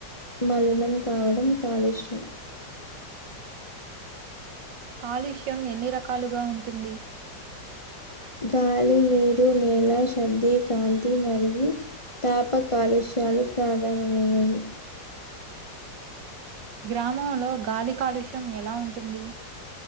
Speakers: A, on the left; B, on the right.
A: మలీనం కావడం కాలుష్యం.
B: కాలుష్యం ఎన్ని రకాలుగా ఉంటుంది.
A: గాలి, నీరు, నేల, శబ్ది, కాంతి మరియు తాప కాలుష్యాలు ప్రధానమైనవి.
B: గ్రామంలో గాలి కాలుష్యం ఎలా ఉంటుంది.